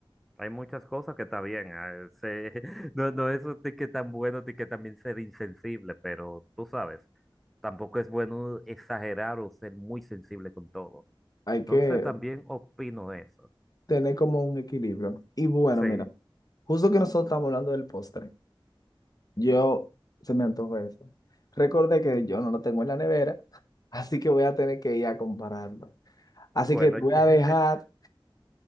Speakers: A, in the centre; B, on the left (about 45°).
A: Hay muchas cosas que está bien, ah, se- <laughs> no, no es de que tan bueno, de que también ser insensible, pero tú sabes, tampoco es bueno exagerar o ser muy sensible con todo.
B: Hay
A: Entonces
B: que
A: también opino eso.
B: tener como un equilibrio. Y bueno,
A: Sí,
B: mira, justo que nosotros estamos hablando del postre. Yo se me antojó eso. Recordé que yo no lo tengo en la nevera, <laughs> así que voy a tener que ir a compararlo. Así
A: bueno.
B: que te voy a dejar
A: <laughs>